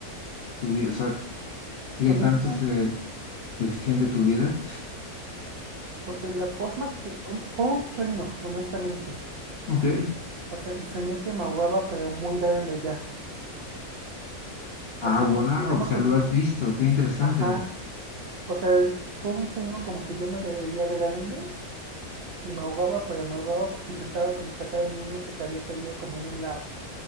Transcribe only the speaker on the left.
tu vida, o sea, qué
tanto se extiende tu vida.
Ok.
Ah,
wow,
o
sea,
lo has visto, qué interesante.